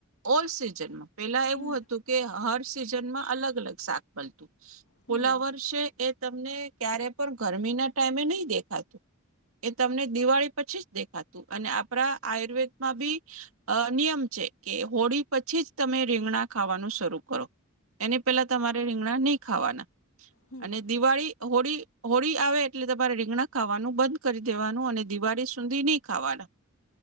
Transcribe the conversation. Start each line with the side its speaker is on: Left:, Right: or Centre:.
Right: ઓલ સિઝનમાં પેલા એવું
Left: હમ
Right: હતું કે હર સિઝનમાં અલગ અલગ શાક મળતું
Left: હમ
Right: ફલાવર છે એ તમને ક્યારે પણ ગરમી ના ટાઈમે નહી દેખાતું એ તમને દિવાળી પછી જ દેખાતું અને આપણા આયુર્વેદમાં બી અ નિયમ છે કે હોળી પછી જ તમે રીંગણા ખાવાનું શરૂ કરો એને પેહેલા તમારે રીંગણા નહી ખાવાના
Left: હમ
Right: અને દિવાળી હોળી હોળી આવે એટલે તમારે રીંગણા ખાવાનું બંધ કરી દેવાનું અને દિવાળી સુધી નહી ખાવાના